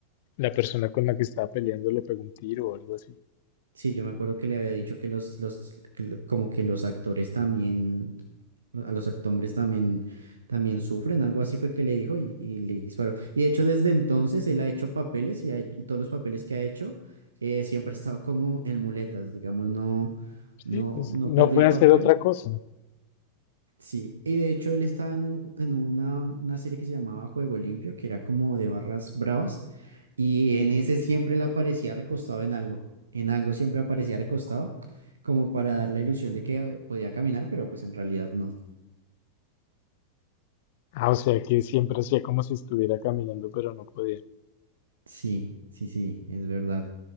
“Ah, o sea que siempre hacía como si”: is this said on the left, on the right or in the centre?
Left